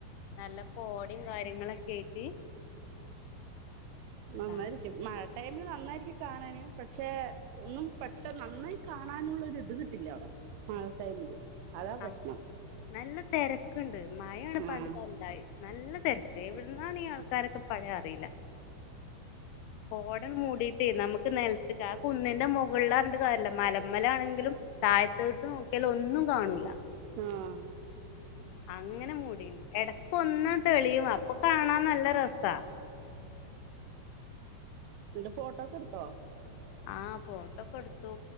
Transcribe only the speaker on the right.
നന്നായിരിക്കും
മഴ ടൈമില് നന്നായിരിക്കും കാണാനും പക്ഷെ ഒന്നും പെട്ട നന്നായി കാണാനുള്ള ഒരു ഇത് കിട്ടില്ല അവിടെ <inaudible>
പ്രശ്നം
ആഹ്
ആ
ഇന്റെ ഫോട്ടോക്കെ എടുത്തോ